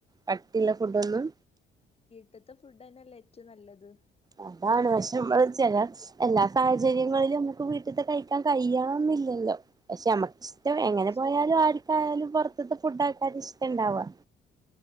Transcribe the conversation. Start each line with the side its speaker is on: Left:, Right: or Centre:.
Right: കട്ടിള്ള ഫുഡൊന്നും
Left: ട്ട്ത്തെ ഫുഡെന്നല്ലേ ഏറ്റവും നല്ലത്
Right: അതാണ് പക്ഷെ മ്മള് ചെല എല്ലാ സാഹചര്യങ്ങള്ലും നമ്മക്ക് വീട്ട്ത്തെ കഴിക്കാ കയ്യാന്നില്ലല്ലോ പക്ഷേ അമ്മ ഇഷ്ടം
Left: ആഹ്
Right: എങ്ങനെ
Left: അത്
Right: പോയാലും
Left: ശരിയാ
Right: ആർക്കായാലും പൊറ് ഇവുടത്തെ ഫുഡ് ആൾക്കാർക്ക് ഇഷ്ടണ്ടാവാ